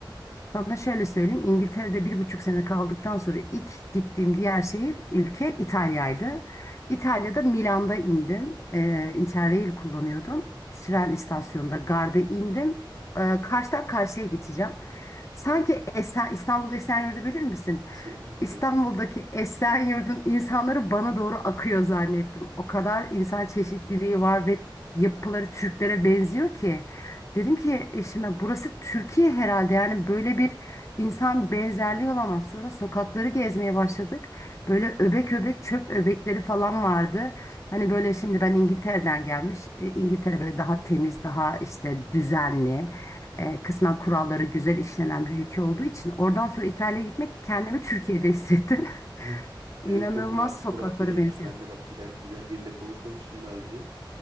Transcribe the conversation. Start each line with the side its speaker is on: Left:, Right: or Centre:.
Left: Sana şöyle söyleyeyim. İngiltere'de bir buçuk sene kaldıktan sonra ilk gittiğim diğer şehir, ülke İtalya'ydı. İtalya'da Milan'da indim. Ee, Interrail kullanıyordum. Tren istasyonunda garda indim. Ee, karşıdan karşıya geçeceğim. Sanki Esen, İstanbul'da Esenyurt'u bilir misin?
Right: <laughs> Bizlerim.
Left: İstanbul'daki Esenyurt'un insanları bana doğru akıyor zannettim. O kadar insan çeşitliliği var ve yapıları Türklere benziyor ki. Dedim ki eşime burası Türkiye herhalde yani böyle bir insan benzerliği olamaz. Sonra sokakları gezmeye başladık. Böyle öbek öbek çöp öbekleri falan vardı. Hani böyle şimdi ben İngiltere'den gelmiş. E, İngiltere böyle daha temiz, daha işte düzenli e, kısmen kuralları güzel işlenen bir ülke olduğu için oradan sonra İtalya'ya gitmek kendimi Türkiye'de hissettim.
Right: <laughs>
Left: <laughs> İnanılmaz
Right: Demek ki o huraf, hurafe
Left: sokaklara
Right: değilmiş.
Left: benziyor.
Right: Ben de bak giden giden biriyle konuşmamıştım daha önce.